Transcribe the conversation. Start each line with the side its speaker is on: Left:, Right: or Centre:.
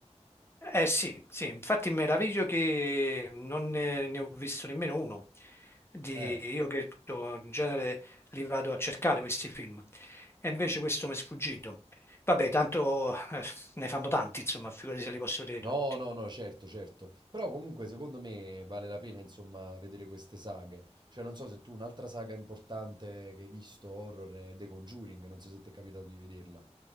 Left: Eh sì, sì, infatti mi meraviglio che non ne, ne ho visto nemmeno uno. Di,
Right: Eh,
Left: io che to- in genere li vado a cercare questi film e invece questo mi è sfuggito. Vabbè, tanto eh, ne fanno tanti, insomma, figurati se li posso vedere
Right: no,
Left: tutti.
Right: no, no, certo, certo. Però comunque secondo me vale la pena, insomma, vedere queste saghe. Cioè, non so se tu un'altra saga importante che hai visto horror è The Conjuring, non so se ti è capitato di vederla.